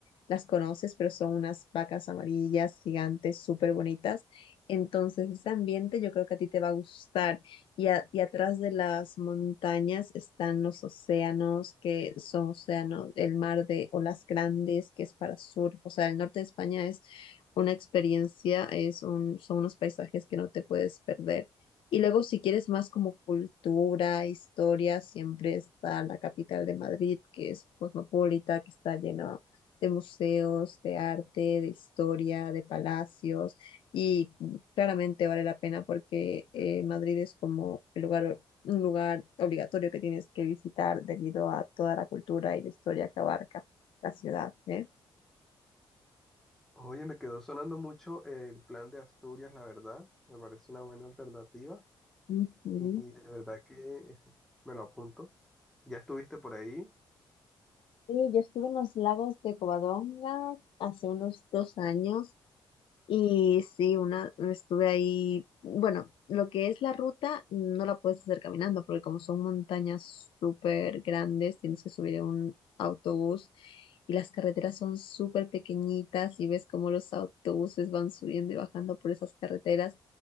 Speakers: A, on the left; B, in the centre.
A: las conoces, pero son unas vacas amarillas gigantes, súper bonitas entonces, ese ambiente yo creo que a ti te va a gustar. Y, a- y atrás de las montañas están los océanos, que son océanos, el mar de olas grandes, que es para surf. O sea, el norte de España es una experiencia, es un, son unos paisajes que no te puedes perder. Y luego, si quieres más como cultura, historia, siempre está la capital de Madrid, que es cosmopolita, que está lleno de museos, de arte, de historia, de palacios. Y claramente vale la pena porque eh, Madrid es como el lugar, un lugar obligatorio que tienes que visitar debido a toda la cultura y la historia que abarca la ciudad, ¿eh?
B: Oye, me quedó sonando mucho el plan de Asturias, la verdad. Me parece una buena alternativa.
A: Ujú.
B: Y de verdad que eh, me lo apunto. Ya estuviste por ahí.
A: Sí, yo estuve en los lagos de Covadonga hace unos dos años Y sí, una, estuve ahí, bueno, lo que es la ruta no la puedes hacer caminando porque como son montañas súper grandes, tienes que subir en un autobús y las carreteras son súper pequeñitas y ves cómo los autobuses van subiendo y bajando por esas carreteras